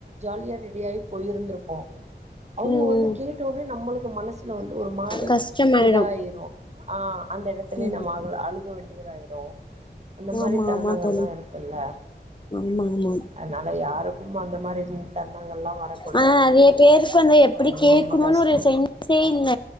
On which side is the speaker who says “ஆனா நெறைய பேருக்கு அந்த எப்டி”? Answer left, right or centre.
Left